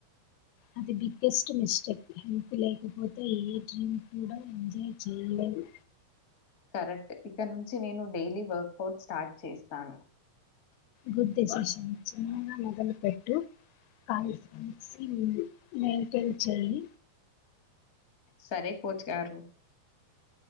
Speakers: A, on the left; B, on the left.
A: అది బిగ్గెస్ట్ మిస్టేక్ హెల్త్ లేకపోతే ఏ డ్రీమ్ కూడా ఎంజాయ్ చేయలేదు
B: కరెక్ట్ ఇక్కడ నుంచి నేను డైలీ వర్కౌట్ స్టార్ట్ చేస్తాను
A: గుడ్ డెసిషన్ చిన్నగా మొదలుపెట్టు <unintelligible> మైంటైన్ చెయ్
B: సరే కోచ్ గారు